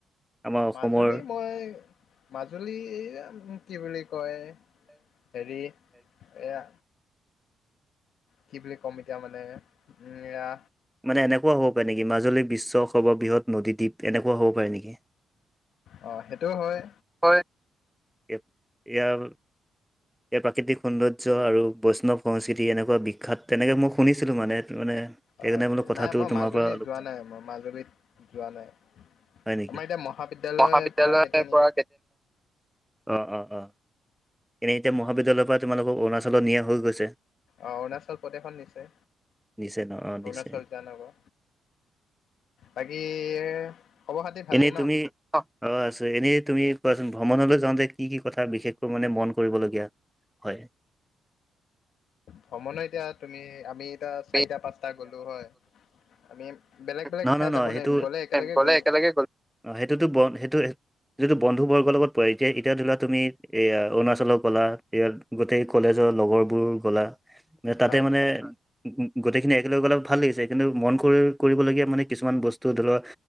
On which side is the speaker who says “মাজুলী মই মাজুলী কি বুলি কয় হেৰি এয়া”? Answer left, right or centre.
Left